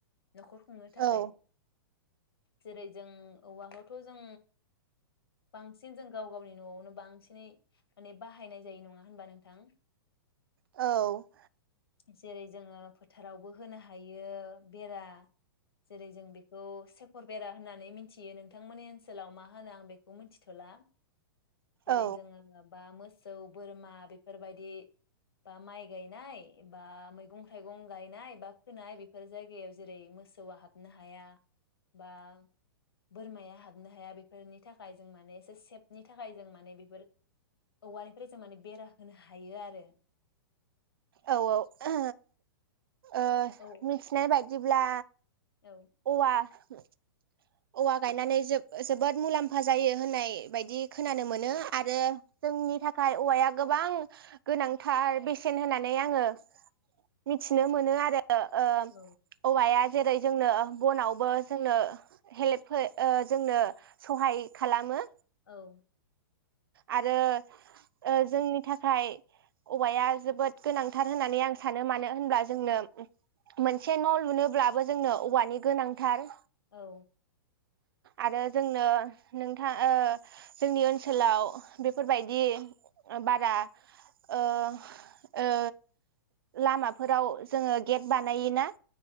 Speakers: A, on the left; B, on the right.
A: नखर खुंनो थाखाय
B: औ
A: जेरै जों औवा खौथ जों बांसिन जों गाव गावनि न'आवनो बांसिनै माने बाहायनाय जायो नंङा होनबा नोंथां?
B: औ
A: जेरै जोङो फोथारावबो होनो हायो बेरा जेरै जों बेखौ सेकर बेरा होननानै मि मिथियो नोंथांमोननि ओनसोलाव मा होनो आं बेखौ मिथिथला जेरै
B: औ
A: जोंङो बा मोस सौ बोरमा बेफोरबायदि बा माइ गायनाय बा मैगं थाइगं गायनाय बा फोनाय बेफोर जायगायाव जेरै मोसौआ हाबनो हाया बा बोरमाया हाबनो हाया बेफोरनि थाखाय जों माने एसे सेफनि थाखाय जों माने बेफोर औवानिफ्राय जों माने बेरा होनो हायो आरो।
B: औ औे ओ
A: औ
B: मिथिनाय बाय जेब्ला
A: औ
B: औवा हो औवा गायनानै जोब जोबोद मुलाम्फा जायो होननाय बायदि खोनानो मोनो आरो जोंनि थाखाय औवाया गोबां गोनांथार बेसेन होननानै आंङो मिथिनो मोनो आरो। ओ ओ
A: औ
B: औवाया जेरै जोंनो बनावबो जोंनो हेल्प हो ओ जोंनो सहाय खालामो।
A: औ औ
B: आरो ओ जोंनि थाखाय औवाया जोबोद गोनांथार होननानै आं सानो मानो होनब्ला जोंनो मोनसे न' लुनोब्लाबो जोंनो औवानि गोनांथार।
A: औ
B: आरो जोंनो नोंथाङ ओ जोंनि ओनसोलाव बेफोरबायदि बारा ओ ओ लामाफोराव जोङो गेट बानायोना